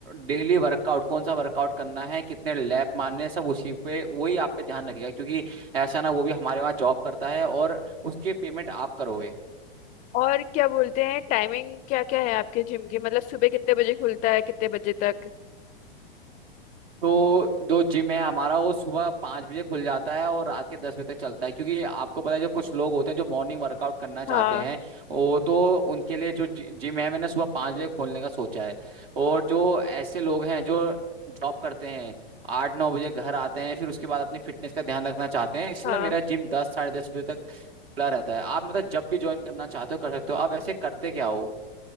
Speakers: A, on the right (about 70°); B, on the left (about 25°).
A: डेली वर्कआउट कौन सा वर्कआउट करना है कितने लैप मारने हैं, सब उसी पे वही आप पे ध्यान रखेगा क्योंकि ऐसा ना वो भी हमारे वहाँ जॉब करता है और उसके पेमेंट आप करोगे
B: और क्या बोलते हैं टाइमिंग क्या क्या है आपके जिम की मतलब सुबह कितने बजे खुलता है कितने बजे तक
A: तो जो जिम है हमारा वो सुबह पाँच बजे खुल जाता है और रात के दस बजे तक चलता है क्योंकि आपको पता है जो कुछ लोग होते हैं जो मॉर्निंग वर्कआउट करना चाहते
B: हाँ
A: हैं वो तो उनके लिए जो जि- जिम है मैंने सुबह पाँच बजे खोलने का सोचा है और जो ऐसे लोग हैं जो जॉब करते हैं आठ नौ बजे घर आते हैं फिर उसके बाद अपनी फिटनेस का ध्यान रखना चाहते हैं इसलिए
B: हाँ
A: मेरा जिम दस साढ़े दस बजे तक खुला रहता है आप मतलब जब भी ज्वाइन करना चाहते हो कर सकते हो आप ऐसे करते क्या हो